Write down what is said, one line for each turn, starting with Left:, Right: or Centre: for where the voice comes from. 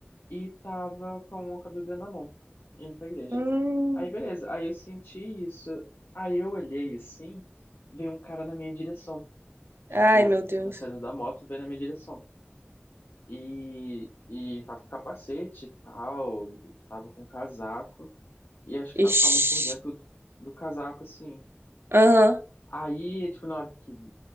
Left: E tava com, com a Bíblia na mão, indo pra igreja.
Right: Hum.
Left: Aí, beleza. Aí eu senti isso. Aí eu olhei assim, veio um cara na minha direção. Tipo,
Right: Ai, meu Deus.
Left: tinha saído da moto, veio na minha direção. E, e tava com capacete e tal, tava com casaco. E acho que tava
Right: Ixi.
Left: com a mão por dentro do, do casaco, assim.
Right: Aham.
Left: Aí, tipo, na hora que,